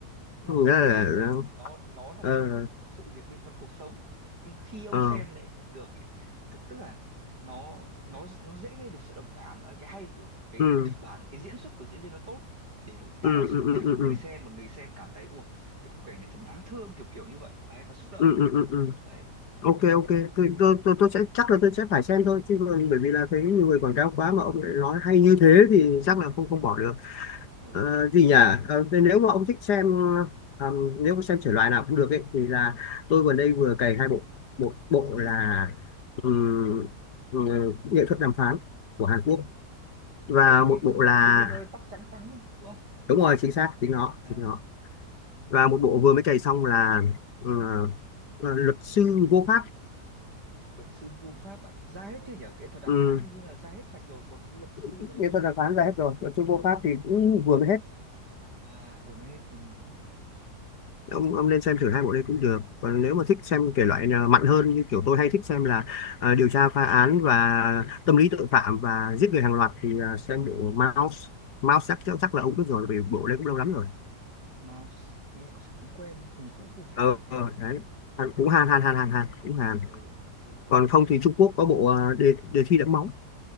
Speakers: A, on the right (about 75°); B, on the left (about 75°).
A: nó
B: Nghĩa
A: không phải
B: là
A: là ngôn
B: là- là,
A: tình nó nó là
B: ờ
A: cái sự việc liên quan cuộc sống nhưng khi ông
B: ờ
A: xem lại được ấy, tức tức là nó nó nó dễ gây được sự đồng cảm ở cái hay của cái
B: ừ
A: kịch bản cái diễn xuất của diễn viên nó tốt để nó tạo
B: ừ
A: ra sự
B: ừ
A: đồng cảm
B: ừ
A: của
B: ừ
A: người xem mà người xem cảm thấy ủa cái khung cảnh này thật đáng thương kiểu kiểu như vậy đấy và xúc động
B: ừ ừ ừ ừ, ừ.
A: đấy
B: ok ok tôi, tôi tôi tôi sẽ chắc là tôi sẽ phải xem thôi chứ còn bởi
A: ừ
B: vì là thấy nhiều người quảng cáo quá mà ông lại nói hay như thế thì
A: ừ
B: chắc là không không bỏ được
A: ừ,
B: Ờ, gì nhỉ Ờ, thế nếu mà ông thích xem ờ, nếu mà xem thể loại nào cũng được ấy thì là tôi vừa đây vừa cày hai bộ một bộ
A: ừ.
B: là ừm, ừ, nghệ thuật đàm phán của Hàn Quốc và
A: cái
B: một
A: cái
B: bộ
A: có phải
B: là
A: diễn viên có tóc trắng trắng không, đúng không
B: đúng rồi chính xác chính nó
A: à
B: chính nó và một bộ vừa mới cày xong là ờ, ờ, luật sư vô pháp
A: luật sư mua pháp à ra hết chưa nhỉ nghệ thuật đàm
B: Ừm,
A: phán thì như là ra hết sạch rồi còn cái luật sư
B: nghệ
A: đấy ông
B: thuật đàm phán ra hết rồi luật sư vô
A: ờ
B: pháp thì cũng vừa mới hết
A: à vừa Hermes ừ.
B: ông ông nên xem thử hai bộ đây cũng được còn nếu mà thích xem thể loại nào mạnh hơn như kiểu tôi hay thích xem là à, điều tra phá án và
A: ừ
B: tâm lý tội phạm và giết người hàng loạt thì à, xem
A: ừ
B: bộ Mouse Mouse chắc chắc chắc là ông biết rồi vì bộ đây cũng lâu lắm rồi
A: Mouse nghe có phải quen quen hình như cũng của Hàn
B: ờ
A: hay
B: ờ,
A: của
B: đấy Hàn- cũng Hàn Hàn Hàn Hàn Hàn cũng Hàn
A: ừ ừ ừ ok
B: còn không thì Trung Quốc có bộ à, đề đề thi đẫm máu